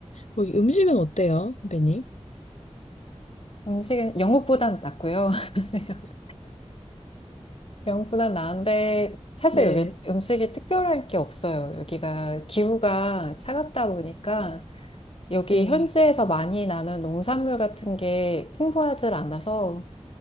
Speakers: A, on the left; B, on the left.
A: 거기 음식은 어때요, 선배님?
B: 음식은 영국보단 낫고요. <laughs> 영국보단 나은데 사실
A: 네,
B: 여기 음식이 특별할 게 없어요. 여기가 기후가 차갑다 보니까 여기
A: 네.
B: 현지에서 많이 나는 농산물 같은 게 풍부하지 않아서